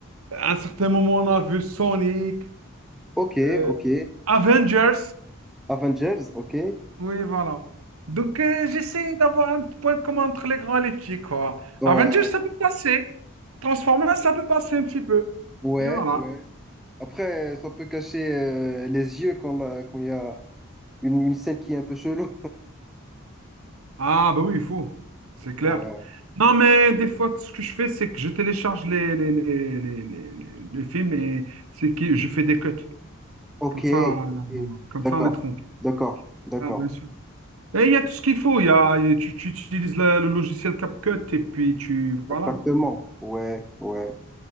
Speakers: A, on the right; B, in the centre.
A: à un certain moment, on a vu Sonic,
B: ok,
A: euh,
B: ok.
A: Avengers.
B: Avengers, ok.
A: Oui, voilà. Donc, euh, j'essaie d'avoir un petit point commun entre les grands et les petits, quoi.
B: Ouais,
A: Avengers, ça peut passer. Transformers, ça peut passer un petit peu.
B: ouais,
A: Et voilà.
B: ouais. Après, ça peut cacher euh, les yeux quand la- quand il y a une, une scène qui est un peu chelou.
A: Ah, bah oui, il faut. C'est clair.
B: <laughs> Ouais,
A: Non, mais des fois, ce que je fais, c'est que je télécharge les, les, les, les, les, les- les films et c'est que je fais des cuts.
B: ok,
A: Comme ça, euh,
B: ok.
A: comme
B: D'accord,
A: ça, on est tranquille.
B: d'accord, d'accord.
A: Ah, bien sûr. Et il y a tout ce qu'il faut. Il y a, il y a- tu, tu utilises le, le logiciel CapCut et puis tu... Voilà.
B: Exactement. Ouais, ouais.